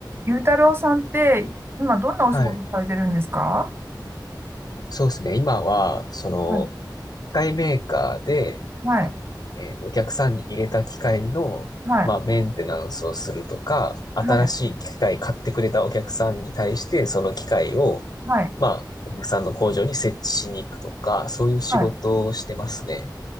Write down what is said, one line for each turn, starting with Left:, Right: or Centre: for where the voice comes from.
Right: ゆうたろうさんって、今どんなお仕事されてるんですか
Left: はい。そうですね。今は、その、
Right: はい、
Left: 機械メーカーで、
Right: はい、
Left: えーお客さんに入れた機械の、
Right: はい、
Left: まあ、メンテナンスをするとか、新しい機械買ってくれたお客さんに対して、
Right: はい、
Left: その機械を、
Right: はい。
Left: まあ、お客さんの工場に設置しに行くとか、そういう仕事をしてますね。
Right: は